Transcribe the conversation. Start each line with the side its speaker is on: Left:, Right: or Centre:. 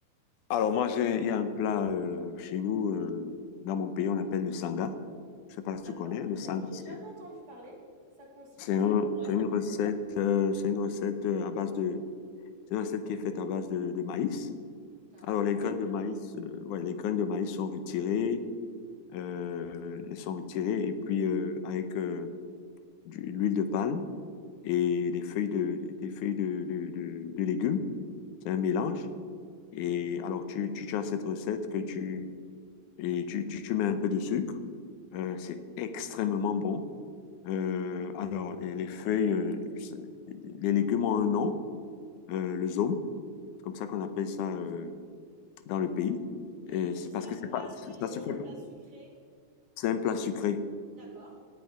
Left: Alors moi, j'ai, il y a un plat euh, chez nous, euh, dans mon pays, on l'appelle le sanga. Je sais pas si
Right: D'accord,
Left: tu connais.
Right: non,
Left: Le sanga,
Right: j'ai
Left: c'est
Right: jamais entendu parler. Ça consiste
Left: c'est
Right: avec
Left: un-
Right: quoi?
Left: c'est une recette, euh, c'est une recette euh, à base de, c'est une recette qui est faite à base de, de maïs.
Right: D'accord.
Left: Alors les graines de maïs, euh, ouais, les graines de maïs sont retirées, euh, elles sont retirées et puis euh, avec euh, du- l'huile de palme et des feuilles de, des feuilles de, de, de, de légumes. C'est un mélange. Et alors tu, tu, tu as cette recette que tu et tu, tu, tu mets un peu de sucre. Euh, c'est extrêmement bon. Euh, alors, les, les feuilles, euh, c'est- les légumes ont un nom, euh, le zome, comme ça qu'on appelle ça euh, dans le pays.
Right: Mais
Left: Et
Right: du coup,
Left: c'est
Right: c'est
Left: parce
Right: un
Left: que
Right: plat
Left: c'est pas,
Right: salé
Left: ça se fait,
Right: ou un plat sucré?
Left: c'est un plat sucré,
Right: D'accord.